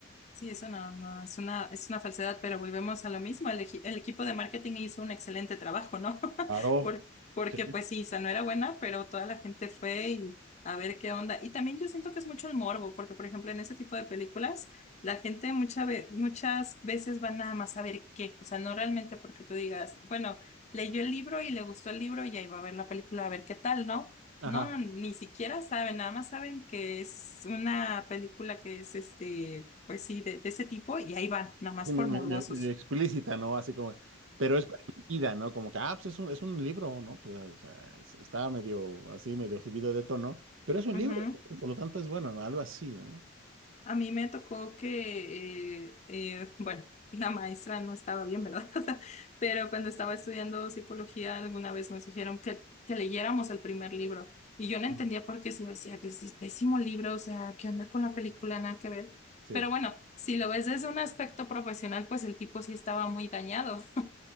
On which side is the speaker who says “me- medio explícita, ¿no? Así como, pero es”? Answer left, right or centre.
Right